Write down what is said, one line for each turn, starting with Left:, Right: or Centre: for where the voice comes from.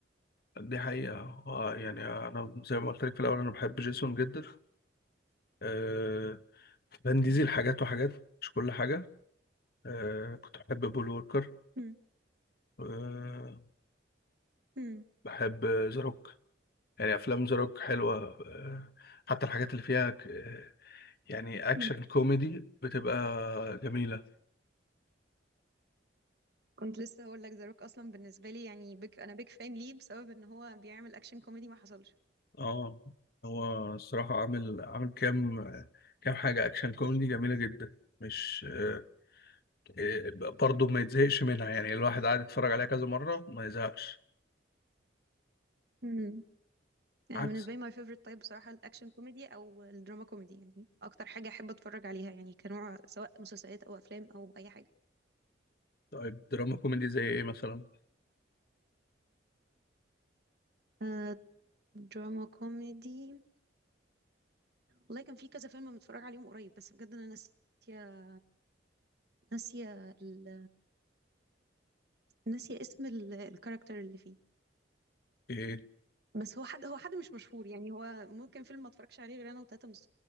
Left: دي حقيقة هو يعني أنا زي ما قلت لك في الأول أنا بحب جيسون جدا آه، فان ديزل حاجات وحاجات مش كل حاجة آه، كنت بحب بول ووكر
Right: مم.
Left: آه،
Right: مم.
Left: بحب ذا روك يعني افلام ذا روك حلوه آه، حتى الحاجات اللي فيها ك- آه، يعني اكشن
Right: مم.
Left: كوميدي بتبقى جميله
Right: كنت لسه هقول لك ذا روك اصلا بالنسبه لي يعني بيك انا بيك فان ليه بسبب ان هو بيعمل اكشن كوميدي ما حصلش
Left: اه هو الصراحه عامل عامل كام كام حاجه اكشن كوميدي جميله جدا مش آه، آه، برضه ما يتزهقش منها يعني الواحد قاعد يتفرج عليها كذا مره ما يزهقش
Right: امم يعني
Left: عكس
Right: بالنسبه لي ماي فيفورت تايب بصراحه الاكشن كوميدي او الدراما كوميدي يعني اكتر حاجه احب اتفرج عليها يعني كنوع سواء مسلسلات او افلام او اي حاجه
Left: طيب دراما كوميدي زي ايه مثلا
Right: آه، دراما كوميدي والله كان في كذا فيلم متفرج عليهم قريب بس بجد انا ناسيه ناسيه ال... ناسيه اسم ال... الكاركتر اللي فيه
Left: ايه
Right: بس هو حد هو حد مش مشهور يعني هو ممكن فيلم ما اتفرجش عليه غير انا وتلاته من